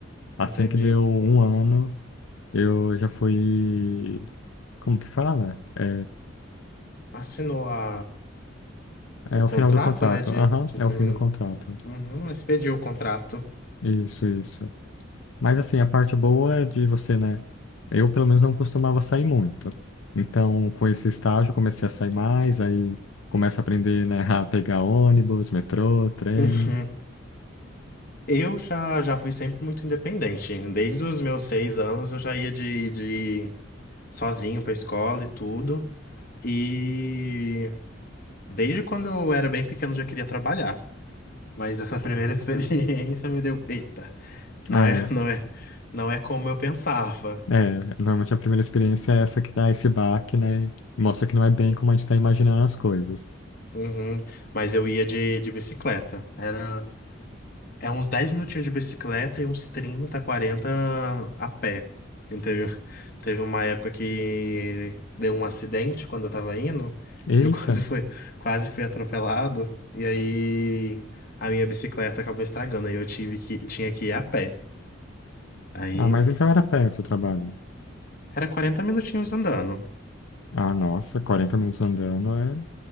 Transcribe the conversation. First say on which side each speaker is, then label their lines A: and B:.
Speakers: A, on the left; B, on the left.
A: Assim
B: Entendi.
A: que deu um ano, eu já fui. Como que fala? É,
B: Assinou a.
A: é
B: O contrato,
A: o final do contrato.
B: né? De,
A: Aham,
B: de
A: é
B: terminar.
A: o fim do contrato.
B: Uhum, expediu o contrato.
A: Isso, isso. Mas assim, a parte boa é de você, né? Eu, pelo menos, não costumava sair muito. Então, com esse estágio, eu comecei a sair mais, aí começa a aprender, né, <laughs> a pegar ônibus, metrô, trem.
B: Uhum. Eu já, já fui sempre muito independente. Desde os meus seis anos eu já ia de, de sozinho pra escola e tudo. E desde quando eu era bem pequeno eu já queria trabalhar. Mas essa primeira <laughs> experiência me deu, eita, não
A: Ah,
B: é,
A: é.
B: não é, não é como eu pensava.
A: É, normalmente a primeira experiência é essa que dá esse baque, né? e Mostra que não é bem como a gente tá imaginando as coisas.
B: Uhum. Mas eu ia de, de bicicleta. Era É uns 10 minutinhos de bicicleta e uns 30, 40 a pé. E <laughs> Teve, teve uma época que deu um acidente quando eu tava indo,
A: Eita!
B: que eu <laughs> quase fui, quase fui atropelado, e aí a minha bicicleta acabou estragando, aí eu tive que, tinha que ir a pé. Aí
A: Ah, mas então era perto o trabalho.
B: era quarenta minutinhos andando.
A: Ah, nossa, 40 minutos andando é um